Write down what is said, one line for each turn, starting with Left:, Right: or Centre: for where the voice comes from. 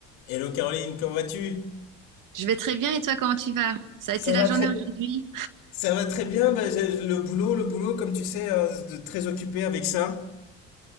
Left: Hello Caroline, comment vas-tu?
Right: Je vais très bien et toi, comment tu vas? Ça a
Left: Ça
Right: été la
Left: va
Right: journée
Left: très...
Right: aujourd'hui?
Left: Ça va très bien, bah, j'ai- le boulot, le boulot, comme tu sais, euh, de- très occupé avec ça.